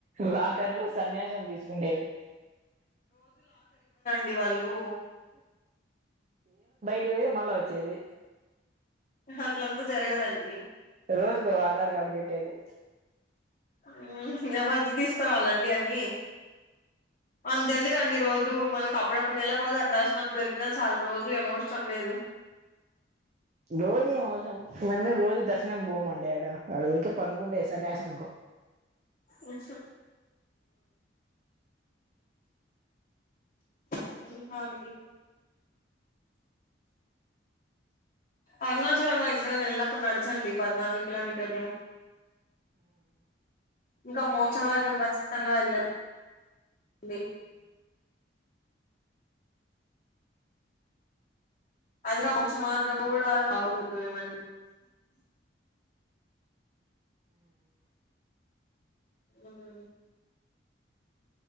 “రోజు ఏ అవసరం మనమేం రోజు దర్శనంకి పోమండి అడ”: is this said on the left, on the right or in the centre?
Right